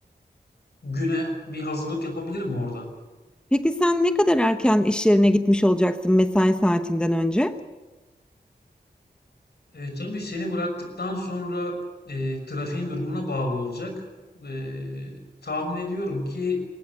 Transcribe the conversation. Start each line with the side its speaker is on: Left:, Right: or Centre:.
Left: güne bir hazırlık yapabilirim orada.
Centre: Peki sen ne kadar erken iş yerine gitmiş olacaksın mesai saatinden önce?
Left: E, tabii seni bıraktıktan sonra e, trafiğin durumuna bağlı olacak. E, tahmin ediyorum ki